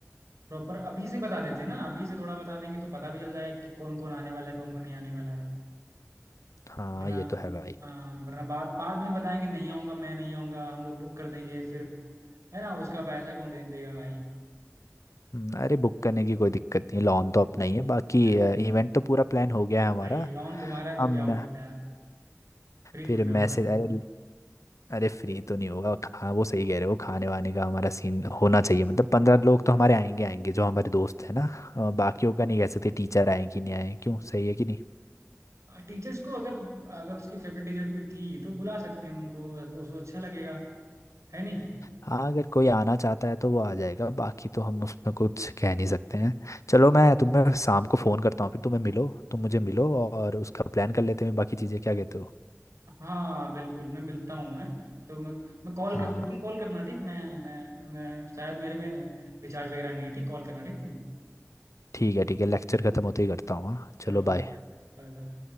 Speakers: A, on the right (about 75°); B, on the left (about 85°).
A: प्रॉपर अभी से बता देते हैं ना अभी से थोड़ा बता देंगे तो पता भी चल जाएगा कि कौन कौन आने वाला है कौन कौन नहीं आने वाला है
B: हाँ
A: वरना
B: ये तो है भाई
A: अ, वरना बाद बाद में बताएंगे नहीं आऊंगा मैं नहीं आऊंगा हम लोग बुक कर देंगे फिर है ना उसका पैसा कौन दे देगा भाई
B: हम्म, अरे बुक करने की कोई दिक्कत नहीं लॉन तो अपना ही है बाकी
A: अरे
B: इवेंट तो पूरा प्लान हो गया है हमारा
A: भाई नॉन तुम्हारा है तो
B: हम
A: क्या होता है यार फ्री
B: फिर
A: थोड़ी ना होता
B: मैसेज
A: है
B: अरे अरे फ्री तो नहीं होगा खा वो सही कह रहे हो खाने वाने का हमारा सीन होना चाहिए मतलब पंद्रह लोग तो हमारे आएंगे आएंगे जो हमारे दोस्त है ना अ, बाकियों का नहीं कह सकते टीचर आए कि नहीं आए क्यों सही है कि नहीं
A: कोई टीचर्स को अगर अगर उसकी फेवरेट टीचर कोई थी तो बुला सकते हैं उनको उसको अच्छा लगेगा है नहीं
B: हाँ अगर कोई आना चाहता है तो वो आ जाएगा बाकी तो हम उसमें कुछ कह नहीं सकते हैं चलो
A: और-
B: मैं तुम्हें शाम को फ़ोन करता हूँ फिर तुम्हें मिलो तुम मुझे मिलो और उसका प्लान कर लेते हैं बाकी चीज़ें क्या कहते हो
A: हाँ बिल्कुल मैं मिलता हूँ मैं तो मैं मैं कॉल
B: हाँ
A: करूँगा तुम कॉल करना ठीक मैं मैं मैं शायद मेरे में रिचार्ज वगैरह नहीं है ठीक कॉल करना ठीक तुम
B: ठीक है ठीक है लेक्चर ख़त्म होते ही करता हूँ हाँ
A: चलो
B: चलो बाय
A: बाय बाय